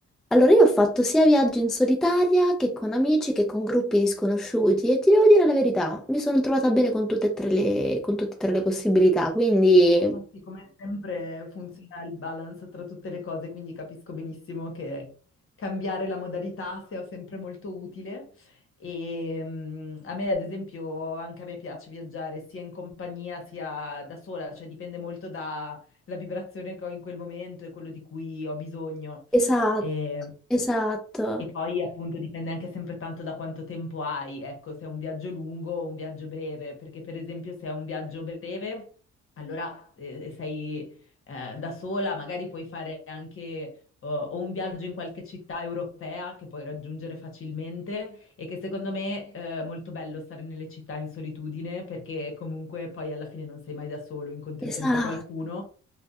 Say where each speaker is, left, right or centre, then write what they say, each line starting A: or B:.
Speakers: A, in the centre; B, on the left.
A: Allora, io ho fatto sia viaggi in solitaria che con amici che con gruppi di sconosciuti e ti devo dire la verità, mi sono trovata bene con tutte e tre le, con tutte e tre le possibilità, quindi...
B: Ah, sì, come sempre funziona il balance tra tutte le cose, quindi capisco benissimo che cambiare la modalità sia sempre molto utile. E mm, a me, ad esempio, anche a me piace viaggiare sia in compagnia sia da sola, cioè dipende molto dalla vibrazione che ho in quel momento e quello di cui ho bisogno.
A: Esatto,
B: E,
A: esatto,
B: e poi appunto dipende anche sempre tanto da quanto tempo hai, ecco, se è un viaggio lungo o un viaggio breve, perché per esempio se è un viaggio breve. Allora, eh, sei eh, da sola, magari puoi fare anche eh, o un viaggio in qualche città europea che puoi raggiungere facilmente e che secondo me eh, è molto bello stare nelle città in solitudine perché comunque poi alla fine non sei mai da solo, incontri
A: esatto.
B: sempre qualcuno